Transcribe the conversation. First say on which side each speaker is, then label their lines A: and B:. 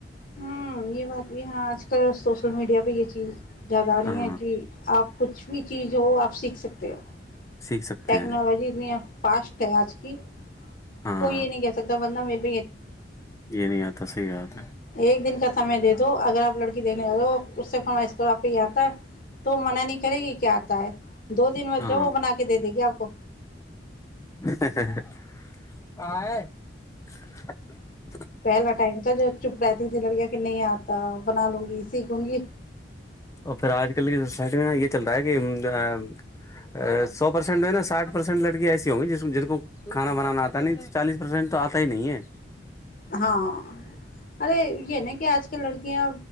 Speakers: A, on the left; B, on the left.
A: ہوں یہ بات بھی ہے آج کل <unintelligible> سوشل میڈیا پہ یہ چیز زیادہ آ رہی
B: ہاں
A: ہے کہ آپ کچھ بھی چیز ہو آپ سیکھ سکتے ہو
B: سیکھ سکتے
A: ٹیکنالوجی
B: ہیں
A: اتنی فاسٹ آج کی
B: ہاں
A: کوئی یہ نہیں کہہ سکتا ورنہ میرے کو
B: یہ نہیں آتا صحیح بات ہے
A: ایک دن کا سمے دے دو اگر آپ لڑکی دیکھنے جا رہے ہو اس سے فرمائش کرو کہ آپ کو یہ آتا ہے تو وہ منع نہیں کرے گی آتا ہے دو دن مت
B: ہاں
A: جا وہ بنا کے دے د گے آپ <inaudible>
B: <unintelligible>
A: پہلے ٹائم تھا جب چپ رہتی تھی لڑکیا کہ نہیں آتا بنا لوں گی سیکھ لوں گی
B: اور پھر آج کل کی سوسائٹی میں نا یہ چل رہا ہے کہ سو پرسینٹ مے نا ساٹھ پرسینٹ لکڑیاں ایسی ہوں گی جن کو کھانا بنانا آتا نہیں چالیس پرسینٹ تو آتا ہی نہیں ہے
A: ہاں ارے یہ نا کہ آج کل کی لڑکیاں